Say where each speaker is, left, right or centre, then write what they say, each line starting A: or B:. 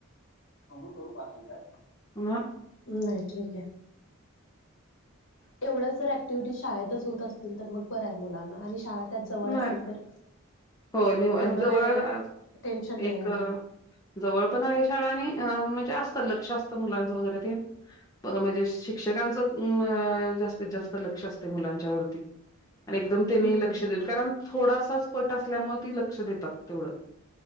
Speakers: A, on the left (about 55°); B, on the left (about 15°).
A: अंंघोळ करू पाच मिनटात?
B: अहं
A: नाही, ठीक आहे. एवढ्याच जर ॲक्टिव्हिटी शाळेतच होत असतील तर मग बरं आहे मुलांना आणि शाळा त्यात जवळ
B: नाही
A: असेल तर
B: होय मी
A: एवढं
B: जवळ
A: काय
B: अ
A: टेन्शन नाही
B: एक.
A: राहणार
B: जवळ पण आहे शाळा आणि अ म्हणजे असतात लक्ष असतं मुलांचं वगैरे ते. म्हणजे शिक्षकांचं म जास्तीत जास्त लक्ष असते मुलांच्या वती. एकदम.
A: हम्म
B: लक्ष देन कारण थोडासाच पट असल्यामुळे लक्ष देतात तेवढ.